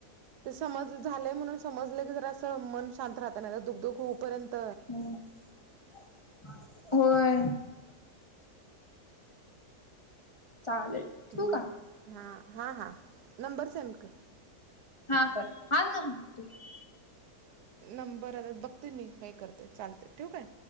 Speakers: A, on the right; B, on the left.
A: ते समज झालंय म्हणून समजलं की जरासं मन शांत राहतय नाही तर दूक दूक होऊपर्यंत
B: अ होय. चालेल. ठेवू
A: म
B: का?
A: हा हा हा नंबर सेंड कर.
B: हा कर हा ना ठीक आहे.
A: नंबर आता बघते मी हे करते चालतंय ठेऊ काय?